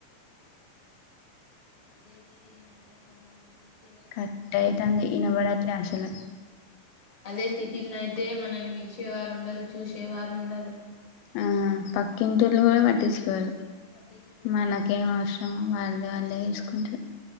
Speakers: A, on the left (about 25°); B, on the left (about 85°).
A: అదే సిటీల్నో అయితే అసలు మనల్ని పిలిచి
B: కట్ అయితాంది ఇనబడట్లె అసలు
A: అదే సిటీనయితే మనల్ని పిలిచేవారు ఉండరు చూసేవారు ఉండరు
B: ఆ పక్కింటోల్లు కూడ పట్టించుకోరు
A: పట్టించుకోరు
B: మనకేం
A: అసలు ఏ
B: అవసరం
A: చిన్న
B: వాళ్ళది వాళ్ళే చూసుకుంటారు